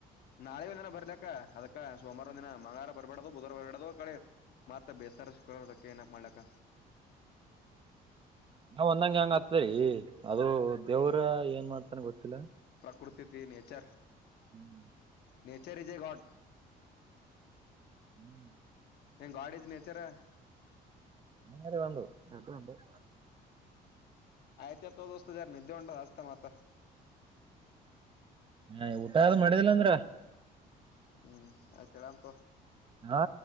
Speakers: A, on the left (about 70°); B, on the right (about 30°).
A: ನಾಳ ಒಂದಿನ ಬರ್ದಾಕ್ಕ ಅದಕ್ಕ ಸೋವಾರ ಒಂದ ದಿನ ಮಗಳವಾರ ಬರ್ಬಾರ್ದ ಬುಧವಾರ ಬರಬಾರ್ದು ಕಳ ಮತ್ತ ಬೇಸ್ತರ ಶುಕ್ರವಾರದಕ್ಕೆ ಏನಕ್ ಮಾಡ್ಲಕ್ಕ
B: ನಾವ್ ಒಂದಂಗ ಹೆಂಗ ಆತದರಿ ಅದು ದೇವ್ರ ಏನ್ ಮಾಡ್ತನ್ ಗೊತ್ತಿಲ್ಲ
A: ಕೊಡ್ತಿದ್ದೀನ್ ಎಚರ್
B: ಹ್ಮ್
A: ನೇಚರ್ ಇಸ್ ಎ ಗಾಡ್
B: ಹ್ಮ್
A: ಹೆಂಗ್ ಗಾಡಿದ ನಚರ <unintelligible>
B: ಹರೆ ಬಂದುು <inaudible>
A: ಆಯ್ತ ಅತ್ವಾ ದೋತ ಜಾರ ನಿದ್ದೆ ಉಂೊಂಡ ಅಸ್ತ ಮತ <unintelligible>
B: ಹ ಊಟ ಆದ್ ಮಾಡಿದಿಲ್ಲ ಅಂದ್ರ <unintelligible>
A: ಹ್ಮ್ ಆಯ್ತರಾಮ ತ <inaudible>
B: ಹಾ